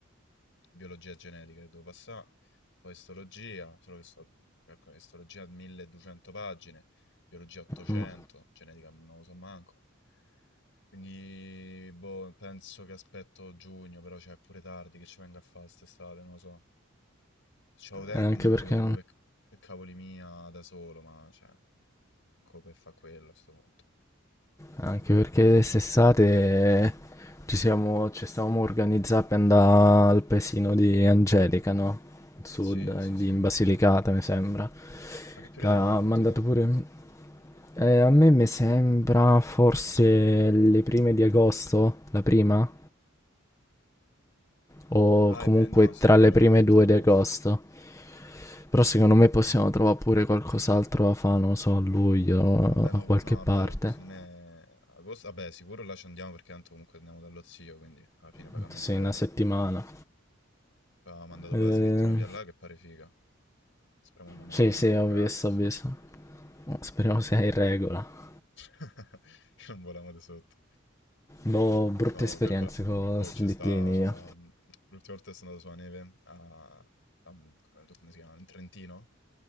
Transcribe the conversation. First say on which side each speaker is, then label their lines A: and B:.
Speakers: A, on the left; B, on the left.
A: biologia genetica che devo passare poi istologia, solo che sto- calcola che istologia 1200 pagine, biologia 800,
B: Mm,
A: genetica non lo so manco. Quindi, boh, penso che aspetto giugno, però c'è pure tardi che ci venga a fare quest'estate, non lo so. Se c'avevo tempo
B: eh, Anche
A: mi mettevo
B: perché,
A: tipo per, per cavoli mia da solo, ma cioè, come per fa quello a sto punto.
B: anche perché st'estate ci siamo, ci stavamo organizzando per andare al paesino di Angelica, no? Al Sud,
A: Sì,
B: eh,
A: sì, sì.
B: di-
A: Ma
B: in Basilicata, mi sembra.
A: che periodo
B: Che Ha
A: avevamo detto
B: mandato
A: là?
B: pure... eh, a me mi sembra forse le prime di agosto, la prima? O
A: Ah,
B: comunque
A: è ve- no, sì,
B: tra
A: è vero,
B: le prime
A: avevamo detto
B: due
A: agosto.
B: di agosto. Però secondo me possiamo trovare pure qualcos'altro da fare, non lo so, a luglio,
A: Vabbè, ma
B: a
A: que
B: qualche
A: no,
B: parte.
A: vabbè, secondo me agosto vabbè, sicuro là ci andiamo perché tanto comunque andiamo dallo zio, quindi alla fine pagammo
B: Tanto Sì,
A: 0.
B: una settimana.
A: Poi avevamo mandato
B: Eh,
A: quella slittino via là che pare figa. Speriamo che non
B: sì,
A: è
B: sì,
A: una
B: ho
A: cagata,
B: visto,
A: sì.
B: ho visto. Speriamo sia in regola.
A: <laughs> Che non voliamo di sotto.
B: Boh, brutte
A: No,
B: esperienze
A: calcola.
B: con
A: Oh,
B: slittini
A: c'è sta...
B: io.
A: mh, L'ultima volta che sono andato sulla neve, a, a- come, come si chiama? In Trentino.